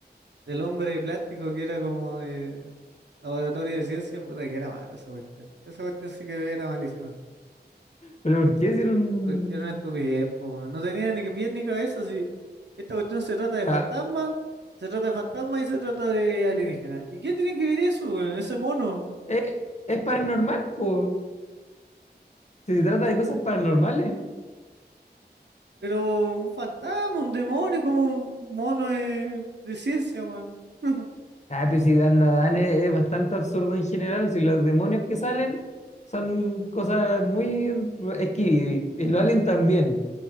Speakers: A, on the right; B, on the left.
A: del hombre de plástico que era como de laboratorio de ciencia, puta que era mala esa cuestión. Esa cuestión sí que era malísima.
B: Pero ¿por qué hicieron...?
A: Porque era una estupidez, po, weón. No tenía ni pies ni cabeza. Si esta cuestión se trata de fantasmas,
B: Ah,
A: se trata de fantasmas y se trata de alienígenas. ¿Y qué tiene que ver eso, weón? Ese mono.
B: ¿es, es paranormal, po? Si se trata de cosas paranormales.
A: Pero un fantasma, un demonio, como un mono de, de ciencia, weón. <laughs>
B: Ah, pero si Dan Dan es, es bastante absurdo en general, si los demonios que salen son cosas muy re- esquivy, y los aliens también.